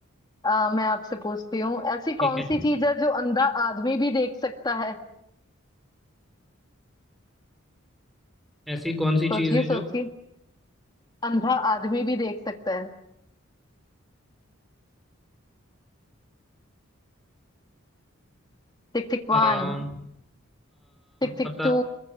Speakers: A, on the left (about 20°); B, in the centre.
A: अ, मैं आपसे पूछती हूँ ऐसी कौन
B: ठीक है
A: सी चीज है जो अंधा आदमी भी देख सकता है
B: ऐसी कौन सी
A: सोचिए
B: चीज़ है जो
A: सोचिए अंधा आदमी भी देख सकता है Tick tick
B: आ,
A: one
B: आ,
A: Tick tick
B: पता
A: two